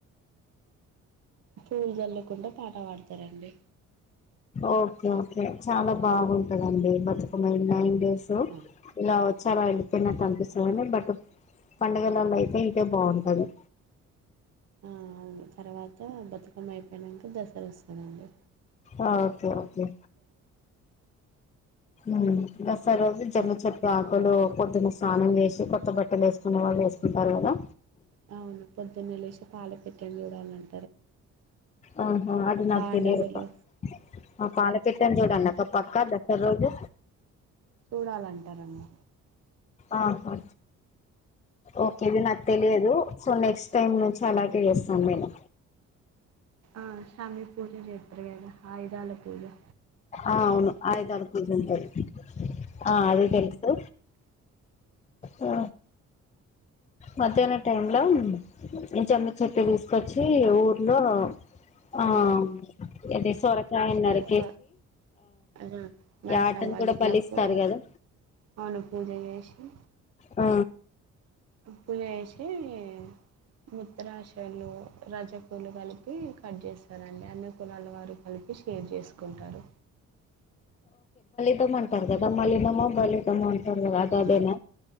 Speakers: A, on the right (about 55°); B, on the left (about 25°).
A: పూలు జళ్ళుకుంటా పాట పాడతారండి.
B: ఓకే ఓకే చాలా బాగుంటదండి బత్ నైన్ నైన్ డేస్
A: అవునా?
B: ఇలా వచ్చి అలా ఏళ్ళి తిన్నటానీపిస్తోంది. బట్ పండుగలలో అయితే ఈటె బావుంటది.
A: ఆ అవును తర్వాత బతుకమ్మ అయిపోయినంక. దసరా వస్తాదాండి.
B: ఓకేఓకే ఊమ్ దసరా రోజు జమ్మే
A: దస్
B: చెట్టు ఆకులు పొద్దున స్నానం చేసి కొత్త బట్టలు ఏసుకునే వాళ్ళు ఏసుకుంటారు కదా.
A: అవును పొద్దునేలేసి పాల పిట్టేన్ జూడాలన్
B: ఆహా అది నాకు
A: పాండవులు
B: తెలియదక్క. ఆ పాలపిట్టన్ జూడల్నక్క పక్కా దసర్ రోజు.
A: చూడాలంటారమ్మ
B: ఆహా ఓకే ఇవీ నాకు తెలియదు. సో నెక్స్ట్ టైం నుంచి ఐ మేక్ ఎ సన్మెంట్
A: ఆ శ్రమి పూజ చేతరుగాద ఆయుధాల పూజా
B: ఆ అవును ఆయుధల పూజలు ఉంటాయ్. ఆ అది తెలుసు ఆ మధ్యాహ్నం టైం లో జమ్మి చెట్టు తీసుకొచ్చి ఊర్లో ఆహ్
A: అవును
B: ఏది సొరకాయను నరిక్
A: స అద మైసమ్మ
B: యాటను కూడా
A: ఇట్లా
B: బలిస్తారు
A: పో
B: కదా
A: అవును పూజ చేసి
B: ఆ
A: పూజ చేసి మూత్రాశయంలో రజకులు కలిపి కట్ చేస్ కదండి అన్ని కులాల వారు కలిపి షేర్ చేసుకుంటాడు
B: తుమ్ అంటారు కదా మళ్ళీ నేమో బల్లి ఏమో అం మెున్న ఒక ఆట
A: ఆ
B: ఆడేన